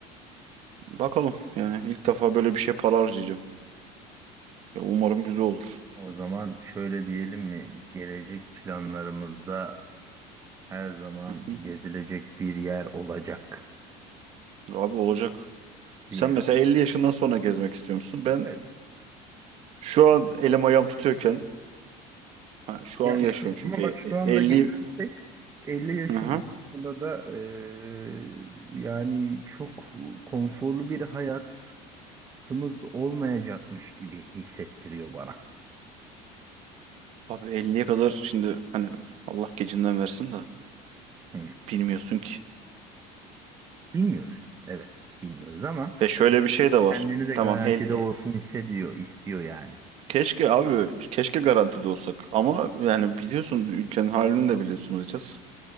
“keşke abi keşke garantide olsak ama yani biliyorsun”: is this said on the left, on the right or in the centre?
Right